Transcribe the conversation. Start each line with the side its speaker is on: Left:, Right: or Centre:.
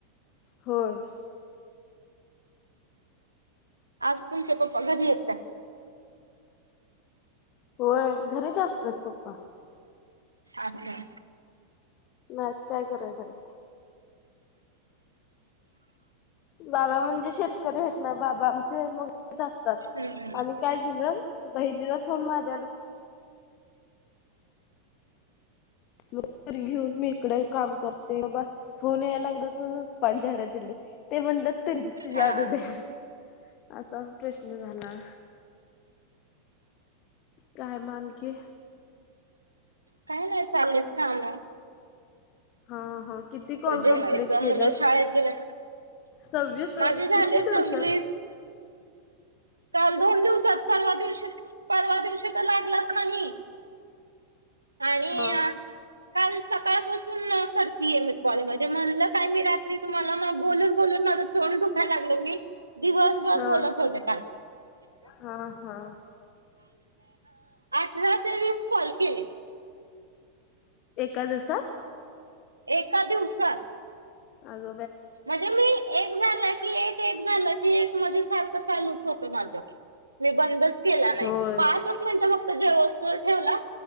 Left: होय.
Right: आज तुमचे पप्पा घरी हेत काय?
Left: होय घरीच असतात पप्पा.
Right: आसं
Left: नाहीत, काय करायचेयत. बाबा म्हणजे शेतकरी आहेत ना, बाबा आमचे मग असतात.
Right: हम्म
Left: आणि काय झालं? बहिणीला फोन माझ्या मग घरी घेऊन मी इकडे काम करते बबा. फोन यायला लागलं तर पप्पाच्याकडं दिलेत ते म्हणलेत तिच्याकड
Right: हा
Left: द्या. असा प्रश्न झाला. काय मग आणखी?
Right: काय नाही चाललेत छान आहे.
Left: हा हा, किती कॉल
Right: जेवायचं
Left: कप्लीट केलं.
Right: मुलं शाळेत गेलं
Left: सव्वीस,
Right: माझे झाले
Left: किती
Right: सव्वीस
Left: दिवसातं?
Right: काल दोन दिवसात, परवा दिवशी. परवा दिवशी त लागलाचं नाही आणि
Left: हा
Right: काल सकाळपासून करतीये मी कॉल म्हणजे म्हणलं काय मी रात्री तुम्हाला मगं बोलून बोलून माझ तोडं दुखाय लागलं. मी दिवसभर
Left: हा
Right: बोलत होते काल.
Left: हा हा,
Right: राते वीस कॉल केले.
Left: एका दिवसात.
Right: एका दिवसातं
Left: आग
Right: म्हणजे मी. एक झालं की एक, एक झालं की एक मध्ये सारखं चालूच होत माझं, मी बंदच केला नाही
Left: होय
Right: पाचच मिनटं फक्त जेवूसतवर ठेवला,